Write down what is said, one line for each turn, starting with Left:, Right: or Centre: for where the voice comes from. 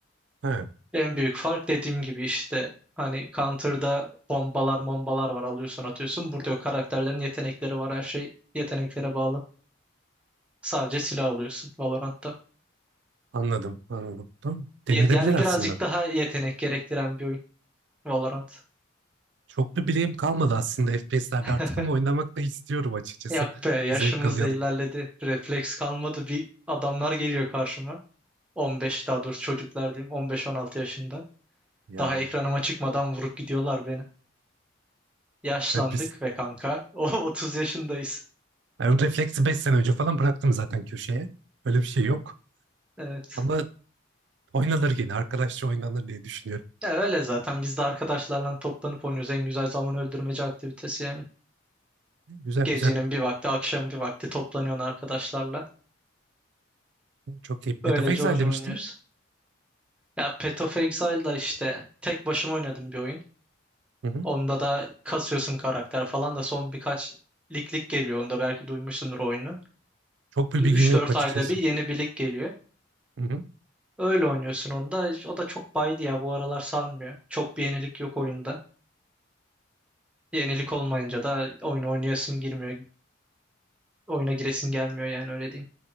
Right: He.
Centre: En büyük fark dediğim gibi işte hani Counter'da bombalar mombalar var alıyorsun atıyorsun. Burada yok karakterlerin yetenekleri var her şey yeteneklere bağlı. Sadece silah alıyorsun Valorant'ta.
Right: Anladım, anladım. Tamam. Denenebilir
Centre: Ye- Yani
Right: aslında.
Centre: birazcık daha yetenek gerektiren bir oyun Valorant.
Right: Çok bir bileğim kalmadı aslında FPS'lerde
Centre: <laughs>
Right: artık ama oynamak da istiyorum açıkçası.
Centre: Yak be
Right: <laughs>
Centre: yaşımız
Right: Zevk alıyorum.
Centre: da ilerledi. Refleks kalmadı. Bir adamlar geliyor karşıma. 15 daha doğrusu çocuklar diyeyim 15-16 yaşında.
Right: Ya
Centre: Daha ekranıma çıkmadan vurup gidiyorlar beni. Yaşlandık
Right: ben biz
Centre: ve kanka. <laughs> O 30 yaşındayız.
Right: ben refleksi beş sene önce falan bıraktım zaten köşeye. Öyle bir şey yok.
Centre: Evet.
Right: Ama oynanır yine. Arkadaşça oynanır diye düşünüyorum.
Centre: Ya öyle zaten biz de arkadaşlarla toplanıp oynuyoruz. En güzel zaman öldürmece aktivitesi yani.
Right: Güzel
Centre: Gecenin
Right: güzel.
Centre: bir vakti, akşam bir vakti toplanıyorsun arkadaşlarla.
Right: Çok iyi. Path
Centre: Böylece
Right: of Exile
Centre: oyun
Right: demiştin.
Centre: oynuyoruz. Ya Path of Exile'da işte tek başıma oynadım bir oyun.
Right: Hı hı.
Centre: Onda da kasıyorsun karakter falan da son birkaç lig lig geliyor. Onda belki duymuşsundur oyunu.
Right: Çok bir
Centre: Üç
Right: bilgim yok
Centre: dört
Right: açıkçası.
Centre: ayda bir yeni bir lig geliyor.
Right: Hı hı.
Centre: Öyle oynuyorsun onda. O da çok baydı ya bu aralar sarmıyor. Çok bir yenilik yok oyunda. Yenilik olmayınca da oyunu oynayasın girmiyor. Oyuna giresin gelmiyor yani öyle diyeyim.